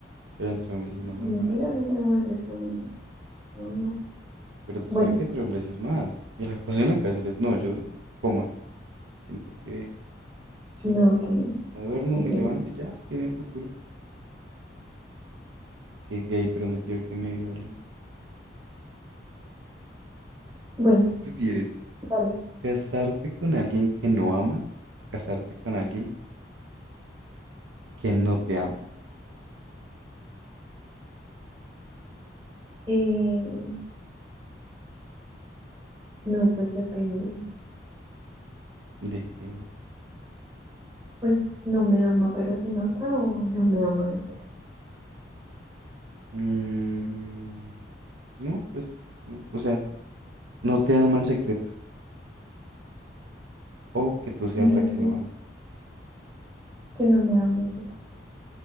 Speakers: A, on the right; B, on the right.
A: Pero entre hombres es más normal
B: Mentiras
A: allá.
B: entre mujeres también es, no, no.
A: Pero tú
B: Bueno,
A: sabes que entre hombres es más. Y el acoso en la cárcel es, no, yo, coma. Siento que, sí,
B: no, que,
A: me duermo,
B: que
A: me
B: gay.
A: levanto y ya estoy en el futuro. Que gay, pero no quiero que me violen.
B: Bueno,
A: ¿Qué prefieres?
B: vale.
A: ¿Casarte con alguien que no amas o casarte con alguien que no te ama?
B: Eh, no, pues depende.
A: De que,
B: Pues no me ama, pero se nota o no me ama en secreto.
A: mm, no, pues, no, o sea, no te ama en secreto. O que tú seas
B: Entonces,
A: la que no ama.
B: que no me ame en secreto.